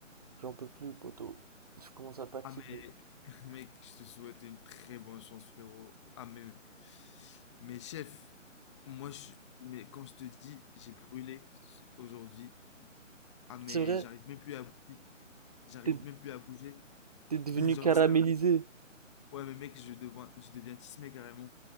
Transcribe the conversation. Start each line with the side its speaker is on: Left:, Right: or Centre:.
Right: J'en peux plus, poto. Je commence à fatiguer.
Left: Ah mais <laughs> mec, je te souhaite une très bonne chance frérot. Ah mais mais chef, moi je mais quand je te dis j'ai brûlé ce- aujourd'hui. Ah mais
Right: C'est vrai?
Left: j'arrive même plus à bouger. J'arrive
Right: T'es
Left: même plus à bouger.
Right: t'es
Left: <laughs>
Right: devenu
Left: Genre
Right: caramélisé.
Left: ça. Ouais mais mec, je deviens je deviens tismé carrément.